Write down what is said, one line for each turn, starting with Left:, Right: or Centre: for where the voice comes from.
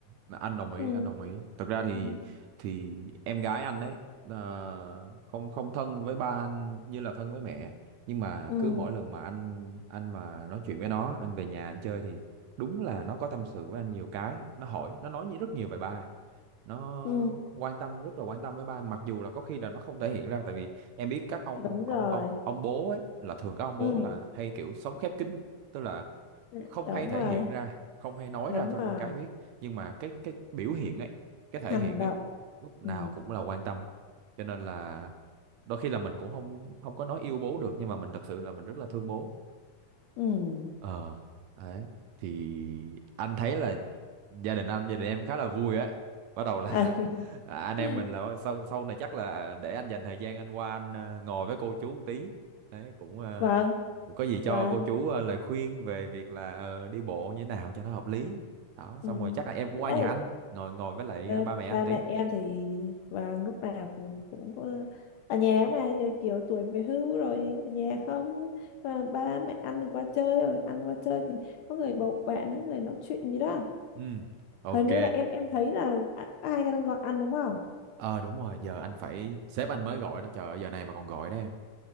Right: mà anh đồng ý,
Left: ừ
Right: anh đồng ý. Thực ra thì
Left: ừ
Right: thì em gái anh ấy ờ, không không thân với ba anh như là thân với mẹ, nhưng mà
Left: ừ
Right: cứ mỗi lần mà anh anh mà nói chuyện với nó, anh về nhà anh chơi thì đúng là nó có tâm sự với anh nhiều cái, nó hỏi, nó nói nhi- rất nhiều về ba. Nó
Left: ừ.
Right: quan tâm rất là quan tâm với ba mặc dù là có khi là nó không thể hiện ra tại vì em biết các ông
Left: đúng rồi
Right: ông ông ông bố ấy là thường các ông
Left: ừ
Right: bố là hay kiểu sống khép kín, tức là
Left: ừ,
Right: không
Left: đúng
Right: hay thể
Left: rồi
Right: hiện ra không hay nói
Left: đúng
Right: ra cho
Left: rồi
Right: con cái biết nhưng mà cái cái biểu hiện ấy cái
Left: hành
Right: thể hiện
Left: động
Right: ấy lúc
Left: ừ
Right: nào cũng là quan tâm cho nên là đôi khi là mình cũng không không có nói yêu bố được nhưng mà mình thật sự là mình rất là thương bố
Left: ừ
Right: ờ đấy thì anh thấy là gia đình anh gia đình em khá là vui á bắt đầu là
Left: <laughs> à,
Right: <laughs> à, anh em
Left: <laughs>
Right: mình là sau sau này chắc là để anh dành thời gian anh qua anh ờ, ngồi với cô chú một tí đấy cũng ờ,
Left: vâng
Right: có gì
Left: vâng
Right: cho cô chú ờ, lời khuyên về việc là ờ, đi bộ như thế nào cho nó hợp lý đó
Left: ừ
Right: xong rồi chắc là em cũng
Left: thì
Right: qua
Left: đây
Right: nhà anh ngồi ngồi với lại
Left: Ờ,
Right: ờ, ba mẹ anh
Left: ba
Right: tí
Left: mẹ em thì và lúc nào cũng cũng có ở nhà mà giờ kiểu tuổi về hưu rồi ở nhà không mà ba mẹ ăn qua chơi rồi ăn qua chơi thì có người bầu bạn ấy, người nói chuyện gì đó
Right: ừ ok
Left: hình như là em em thấy là a- ai đang gọi ăn đúng không
Right: ờ đúng rồi giờ anh phải sếp anh mới gọi đó trời ơi, giờ này mà còn gọi đó em